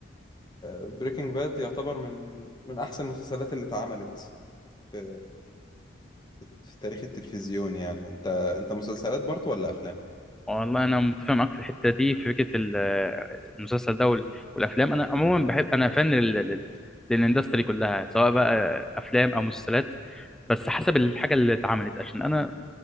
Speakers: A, on the left; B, in the centre.
A: بريكنج باد يعتبر من من احسن المسلسلات اللي اتعملت في في تاريخ التلفزيون يعني انت انت مسلسلات برضو ولا افلام
B: والله انا متفق معاك في الحتة دي في فكرة ال- المسلسل ده وال- والافلام انا عموما بحب انا فان لل... لل- للاندستري كلها سواء بقى افلام او مسلسلات بس حسب الحاجة اللي اتعملت عشان انا